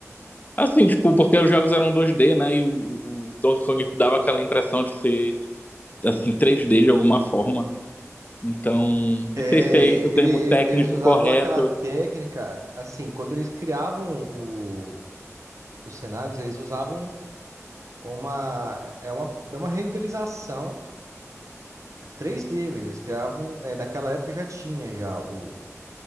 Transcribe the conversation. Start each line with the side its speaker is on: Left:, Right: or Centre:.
Left: Assim, tipo, porque os jogos eram 2D, né? E o, o Donkey Kong dava aquela impressão de ser, assim, 3D de alguma forma. Então,
Right: É,
Left: não sei se é esse
Right: ele-
Left: o termo
Right: ele-
Left: técnico
Right: eles usavam
Left: correto.
Right: aquela técnica, assim, quando eles criavam o, os cenários, eles usavam uma é uma, é uma renderização três d mesmo. Eles criavam, é, naquela época já tinha já o, o